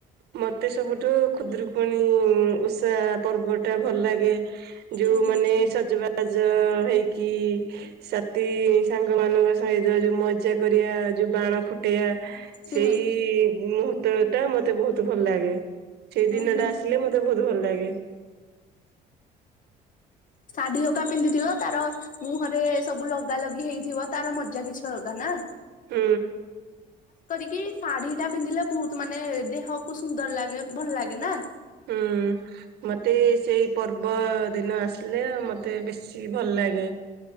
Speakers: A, on the right (about 75°); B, on the left (about 50°).
A: ମୋତେ ସବୁଠୁ ଖୁଦରୁକୁଣୀ ଉଷା ପର୍ବଟା ଭଲ ଲାଗେ। ଯୋଉ
B: ଉଁ ହୁଁ।
A: ମାନେ ସଜବାଜ ଯୋଉ ହେଇକି ସାଥି ସାଙ୍ଗ ମାନଙ୍କ ସହିତ ଯୋଉ ମଜା କରିବା ଯୋଉ ବାଣ ଫୁଟେଇବା
B: ହୁଁ
A: ସେଇ ମୁହୂର୍ତ୍ତଟା ମୋତେ ବହୁତ ଭଲ ଲାଗେ। ସେଇ ଦିନଟା
B: ଉଁ ହୁଁ
A: ଆସିଲେ ମୋତେ ବହୁତ ଭଲ ଲାଗେ।
B: ଶାଢୀ ହଗା ପିନ୍ଧିଥିବ, ତାର ମୁହଁରେ ସବୁ ଲଗା ଲଗି ହେଇଥିବ, ତାର ମଜା କିଛି ଅଲଗା ନା।
A: ହୁଁ।
B: କି ଶାଢୀ ଟା ପିନ୍ଧିଲେ ବହୁତ ମାନେ ଦେହକୁ ସୁନ୍ଦର ଲାଗେ ଭଲ ଲାଗେ ନା।
A: ହୁଁ ମତେ ସେଇ ପର୍ବ ଦିନ ଆସିଲେ ମତେ ବେଶୀ ଭଲ ଲାଗେ,